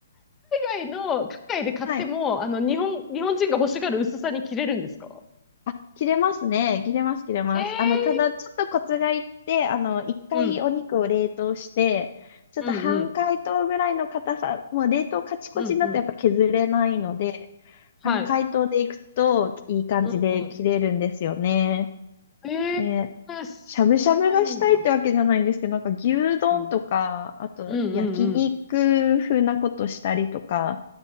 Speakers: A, on the left (about 15°); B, on the left (about 50°).
A: 海外の、海外で買っても、
B: はい。
A: あの、日本、日本人が欲しがる薄さに切れるんですか
B: あ、切れますね。切れます、切れます。
A: へえ
B: あの、ただ、ちょっとコツがいって、あの、一回お肉を冷凍して、
A: うん。
B: ちょっと半解凍ぐらいの硬さ、
A: うんうん。
B: もう冷凍カチコチになってやっぱ削れないので、
A: うんうん。はい。
B: 半解凍でいくといい感じで切れるんですよね。
A: うんうん。えー、
B: えー
A: それはいいな。
B: しゃぶしゃぶがしたいってわけじゃないんですけど、なんか牛丼とか、
A: うん。
B: あと焼肉風なことしたりとか、
A: うんうんうん。